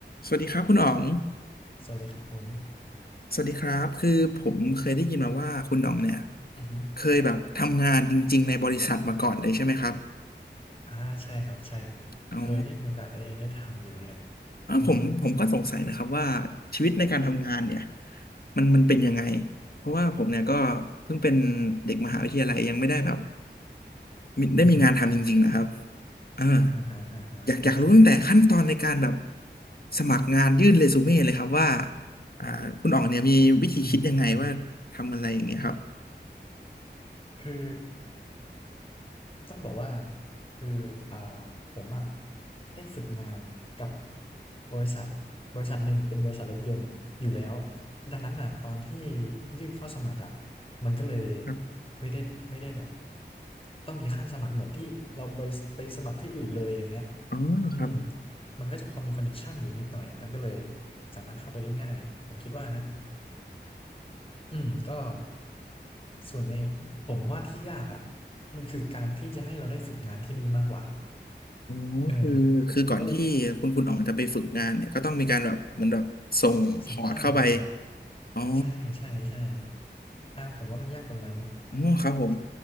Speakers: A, on the left; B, on the left.
A: สวัสดีครับคุณอ๋อง
B: สวัสดีครับผม
A: สวัสดีครับคือผมเคยได้ยินมาว่าคุณอ๋องเนี่ย
B: อือฮึ
A: เคยแบบทำงานจริงๆในบริษัทมาก่อนเลยใช่ไหมครับ
B: อ่าใช่ครับใช่ครับเคยได้มีโอกาสได้ได้ทำอยู่เหมือนกัน
A: อ๋อเอ้าผมผมก็สงสัยนะครับว่า
B: อือฮึ
A: ชีวิตในการทำงานเนี่ยมันมันเป็นยังไงเพราะว่าผมเนี่ยก็เพิ่งเป็นเด็กมหาวิทยาลัยยังไม่ได้แบบมีได้มีงานทำจริงๆนะครับ
B: อือฮึ
A: อ่า
B: อ่าฮะอ่าฮะโอเค
A: อยากอยากรู้ตั้งแต่ขั้นตอนในการแบบสมัครงานยื่นเรซูเม่เลยครับว่าอ่าคุณอ๋องเนี่ยมีวิธีคิดยังไงว่าทำอะไรอย่างเงี้ยครับ
B: อือฮึอือฮึคือ ต้องบอกว่าคืออ่าผมอ่ะได้ฝึกงานกับบริษัทบริษัทหนึ่งเป็นบริษัทรถยนต์อยู่แล้วดังนั้นอ่ะตอนที่ยื่นเข้าสมัครอ่ะมันก็เลย
A: ครับ
B: ไม่ได้ไม่ได้แบบต้องมีขั้นสมัครเหมือนที่เราไปไปสมัครที่อื่นเลยอย่างเงี้ย
A: อ๋อครับ
B: อืมมันก็จะพอมีคอนเนคชั่นอยู่นิดหน่อยมันก็เลยสามารถเข้าไปได้ง่ายผมคิดว่านะ อืมก็ส่วนในผมว่าที่ยากอ่ะมันคือการที่จะให้เราได้ฝึกงานที่นี่มากกว่า
A: โอ้คือคือก่อนที่คุณคุณอ๋องจะไปฝึกงานเนี่ยก็ต้องมีการแบบเหมือนแบบส่งพอร์ตเข้าไป
B: เออผมก็เลยสัมภาษณ์เหมือนกัน
A: อ๋อ
B: ใช่ใช่ใช่อ่าผมว่ามันยากตรงนั้น
A: อ๋อครับผม